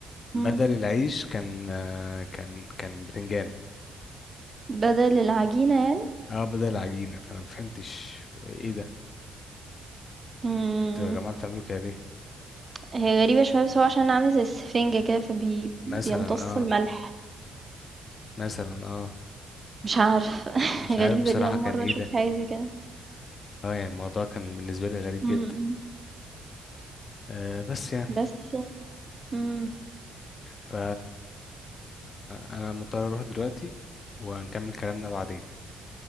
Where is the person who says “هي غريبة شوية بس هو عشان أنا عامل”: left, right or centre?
Right